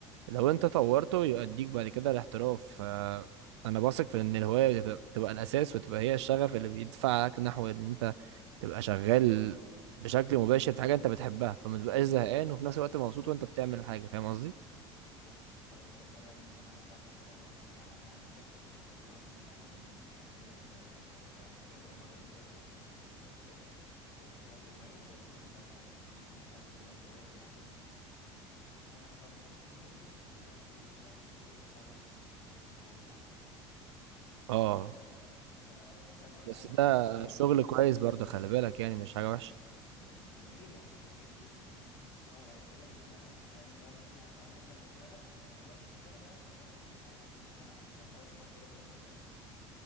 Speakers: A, on the right; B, on the left.
A: لو انت طورته يؤديك بعد كده الاحتراف فانا بثق في ان الهوايه بتبقى بتبقى الاساس وتبقى هي الشغف اللي بيدفعك نحو ان انت تبقى شغال بشكل مباشر في حاجه انت بتحبها فما تبقاش زهقان وفي نفس الوقت مبسوط وانت بتعمل الحاجه فاهم قصدي
B: بالظبط فمثلا انا بعمل كده انا اقول لك حاجة، انا معايا تراكين مش مجال واحد انا معايا مجالين مجال آه، برم... يعني مجال برمجة الموبايل ابلكيشن تطبيقات ومجال ديزاين ده الديزاين ده انا بعمل فيه بقى ده اللي هو الهواية بتاعتي انا بحب اعمل تصميم للابليكيشن وللويب سايت وللحاجات دي كلها فاهمني
A: اه
B: فمثلا وانا
A: بس
B: قاعد
A: ده
B: اعمل تصميم
A: شغل كويس برضه خلي بالك يعني مش حاجه وحشه
B: امم هو جميل وعلى فكره بيجيب فلوس كمان بس هو انا بتكلم ان انا فاهم انت وانا بسمع وانا مثلا بشتغل انا مش مضطر ان انا ابقى مركز في حاجه انا ببقى بسمع كده كده فاهم